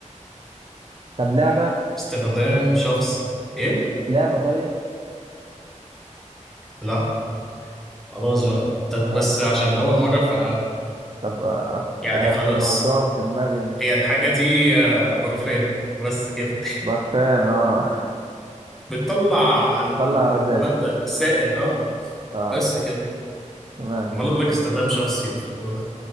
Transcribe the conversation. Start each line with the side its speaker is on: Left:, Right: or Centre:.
Right: طب لعبة
Centre: استخدام شخصي ايه؟
Right: لعبة طيب
Centre: لا خلاص بقى انت
Right: اه
Centre: بس عشان اول مرة ف
Right: طب آه. <laughs> مش
Centre: يعني
Right: عارف
Centre: خلاص
Right: الموضوع في دماغي مش
Centre: هي الحاجة دي آه، برفان بس كده
Right: برفان اه
Centre: <laughs> بتطلع المادة
Right: <laughs> طلع رزاز
Centre: السائل اه
Right: اه
Centre: بس كده
Right: تمام
Centre: عمال
Right: ماشي
Centre: اقول لك استخدام شخصي في الأوضة